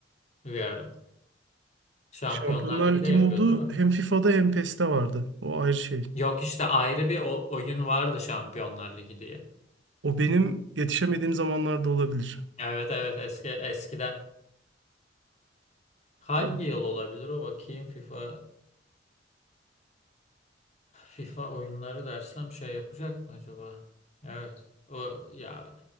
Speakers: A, on the left (about 40°); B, on the right (about 80°).
A: bir ara. Şampiyonlar
B: Şampiyonlar
A: Ligi
B: Ligi
A: de yapıyor
B: modu
A: değil mi?
B: hem FIFA'da hem PES'te vardı. O ayrı şey.
A: Yok işte ayrı bir o- oyun vardı Şampiyonlar Ligi diye.
B: O benim yetişemediğim zamanlarda olabilir.
A: Evet evet eski eskiden. Hangi
B: Ya,
A: yıl olabilir o bakayım FIFA FIFA oyunları dersem şey yapacak mı acaba? Evet. O ya